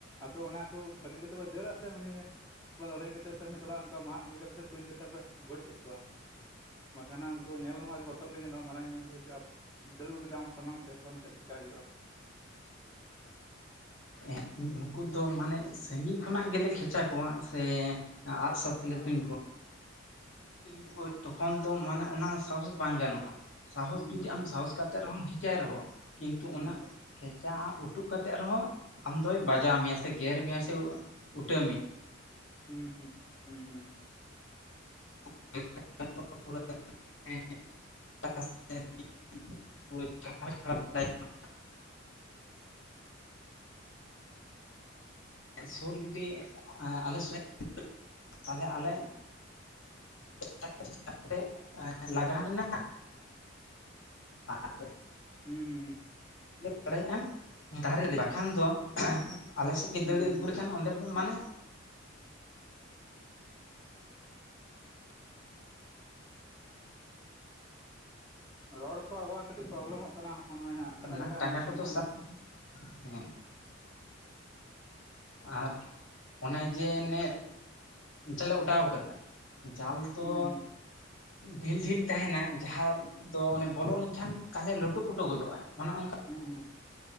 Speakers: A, on the left (about 20°); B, on the left (about 75°).
A: ᱟᱯᱮ ᱚᱱᱟ ᱠᱚ ᱵᱟᱹᱜᱤ ᱠᱟᱛᱮᱫ ᱯᱮ ᱫᱟᱹᱲᱟ ᱥᱮ ᱩᱱᱤ ᱞᱟᱹᱲᱦᱟᱹᱭ ᱠᱟᱛᱮ ᱥᱮ ᱩᱱᱤ ᱥᱟᱞᱟᱜ ᱚᱱᱠᱟ ᱢᱟᱜ ᱤᱭᱟᱹ ᱠᱟᱛᱮ ᱥᱮ ᱛᱩᱧ ᱠᱟᱛᱮ ᱯᱮ ᱜᱚᱡ ᱮᱫ ᱠᱚᱣᱟ? ᱵᱟᱠᱷᱟᱱᱟᱝ ᱩᱱᱠᱩ ᱧᱮᱞ ᱢᱟ ᱟᱹᱰᱤ ᱵᱚᱛᱚᱨ ᱜᱮ ᱠᱚ ᱧᱮᱞᱚᱜ-ᱟ ᱢᱟᱨᱟᱝ ᱧᱚᱜ ᱡᱩᱫᱤ ᱫᱟᱹᱲ ᱟᱹᱜᱩ ᱠᱮᱫᱟ ᱟᱢ ᱥᱟᱢᱟᱝ ᱛᱮ ᱛᱠᱷᱚᱱ ᱪᱮᱫ ᱪᱤᱠᱟᱭ ᱦᱩᱭᱩᱜ-ᱟ?
B: ᱮᱸᱜ ᱱᱩᱠᱩ ᱫᱚ ᱢᱟᱱᱮ ᱥᱟᱺᱜᱤᱧ ᱠᱷᱚᱱᱟᱜ ᱜᱮᱞᱮ ᱠᱷᱮᱪᱟ ᱠᱚᱣᱟ ᱥᱮ ᱟᱜᱥᱚᱯ ᱠᱷᱟᱹᱞᱤ
A: ᱦᱚᱸ
B: ᱛᱩᱧ ᱠᱚ ᱡᱩᱫᱤ ᱠᱚ ᱛᱚᱠᱷᱚᱱ ᱫᱚ ᱢᱟᱱᱮ ᱚᱱᱟ ᱥᱟᱦᱚᱥ ᱵᱟᱝ ᱜᱟᱱᱚᱜᱼᱟ ᱥᱟᱦᱚᱥ
A: ᱦᱩᱸ
B: ᱡᱩᱫᱤ
A: ᱦᱩᱸ ᱦᱩᱸ
B: ᱟᱢ ᱥᱟᱦᱚᱥ ᱠᱟᱛᱮ ᱨᱮᱦᱚᱢ ᱠᱤᱱᱛᱩ
A: ᱦᱩᱸ
B: ᱚᱱᱟ ᱠᱷᱮᱪᱟ ᱩᱴᱩᱜ ᱠᱟᱛᱮ ᱨᱮᱦᱚᱸ ᱟᱢ ᱫᱚᱭ ᱵᱟᱡᱟᱣ ᱢᱮᱭᱟ ᱥᱮ ᱜᱮᱨ ᱢᱮᱭᱟ ᱥᱮ ᱩᱴᱟᱹ ᱢᱮᱭᱟ ᱾
A: ᱦᱩᱸ ᱦᱩᱸ ᱦᱩᱸ ᱦᱩᱸ
B: <inaudible> <inaudible> ᱥᱩᱨ ᱡᱩᱫᱤ ᱟᱞᱮ ᱥᱮᱞᱮᱫ ᱛᱟᱦᱚᱞᱮ ᱟᱞᱮ ᱠᱟᱛᱮ ᱞᱟᱜᱟ ᱨᱮᱱᱟᱜ <inaudible>
A: ᱦᱩᱸ ᱦᱩᱸ ᱦᱩᱸ
B: ᱫᱟᱲᱮᱭᱟᱜᱼᱟ ᱫᱟᱨᱮᱱᱟᱭ ᱵᱟᱠᱷᱟᱱ ᱫᱚ ᱟᱞᱮᱥᱮᱫ ᱜᱮ
A: ᱦᱩᱸ
B: ᱫᱟᱹᱲ ᱟᱹᱜᱩ
A: ᱦᱩᱸ
B: ᱞᱮᱠᱷᱟᱱ
A: ᱦᱩᱸ
B: ᱚᱸᱰᱮ ᱫᱚ ᱢᱟᱱᱮ
A: ᱟᱨ ᱨᱚᱲ ᱠᱚ ᱟᱵᱟᱨ ᱠᱟᱹᱴᱤᱡ ᱯᱨᱚᱵᱞᱮᱢᱚᱜ ᱠᱟᱱᱟ ᱱᱚᱜᱼᱚᱭ ᱦᱟᱸᱜ ᱠᱟᱴᱟ
B: ᱚᱱᱟ
A: ᱠᱟᱴᱟ ᱟᱸᱡᱚᱢᱚᱜ
B: ᱴᱟᱸᱜᱟ
A: ᱠᱟᱱᱟ
B: ᱠᱚᱫᱚ
A: ᱱᱚᱜ-ᱚᱭ
B: ᱥᱟᱵ
A: ᱾
B: ᱦᱮᱸ ᱟᱨ ᱚᱱᱮ ᱡᱮ ᱱᱮ ᱡᱟᱞ ᱞᱮ ᱚᱰᱟᱣ ᱟᱠᱟᱫᱟ ᱡᱟᱞ ᱫᱚ
A: ᱦᱩᱸ ᱦᱩᱸ
B: ᱰᱷᱤᱞ ᱰᱷᱤᱞ ᱛᱟᱦᱮᱱᱟ ᱡᱟᱦᱟᱸ ᱫᱚ ᱚᱱᱮ ᱵᱚᱞᱚ ᱞᱮᱱᱠᱷᱟᱱ ᱛᱟᱦᱚᱞᱮ ᱞᱩᱴᱩ ᱯᱩᱴᱩ ᱜᱚᱫᱚᱜᱼᱟᱭ ᱚᱱᱮ ᱚᱱᱠᱟ
A: ᱦᱩᱸ ᱦᱩᱸ